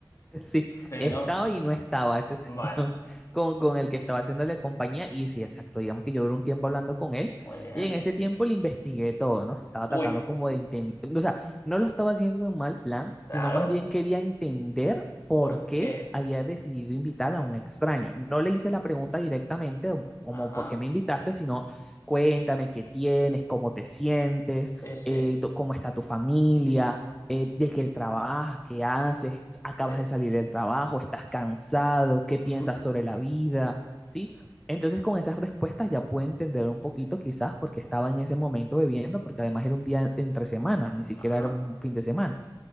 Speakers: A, in the centre; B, on the left (about 35°).
A: Sí,
B: Sí,
A: estaba
B: ¿no?
A: y no estaba ese señor
B: Bueno,
A: <laughs> con, con el que estaba haciéndole compañía. Y sí, exacto, digamos que yo duré un tiempo hablando con él
B: muy bien.
A: y en ese tiempo le investigué todo, ¿no? Estaba
B: Uy,
A: tratando como de entender, o sea, no lo estaba haciendo en mal plan, sino
B: claro,
A: más bien quería entender por
B: porque.
A: qué había decidido invitar a un extraño. No le hice la pregunta directamente, como
B: Ajá,
A: por qué me invitaste, sino cuéntame qué tienes, cómo te sientes,
B: sí, sí.
A: eh, do- cómo está tu familia eh, de qué trabajas, qué haces, acabas
B: Eh,
A: de salir del trabajo, estás cansado, qué
B: ujú,
A: piensas sobre la vida, ¿sí? Entonces con esas respuestas ya pude entender un poquito quizás porque estaba en ese momento bebiendo, porque además era un día entre semana, ni siquiera
B: ajá.
A: era un fin de semana.